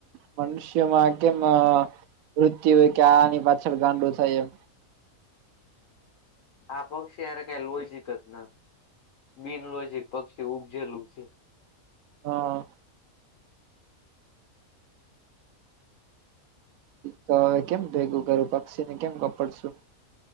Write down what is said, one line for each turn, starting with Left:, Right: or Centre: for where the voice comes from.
Right: મનુષ્યમાં કેમ મૃત્યુ હોય કે આની પાછળ ગાંડો થાય એમ
Left: આ પક્ષી હારે કઈ લોજિક જ ના બિનલોજીક પક્ષી ઉપજેલું છે.
Right: હા તો હવે કેમ ભેગું કરું પક્ષીને કેમ કપડશું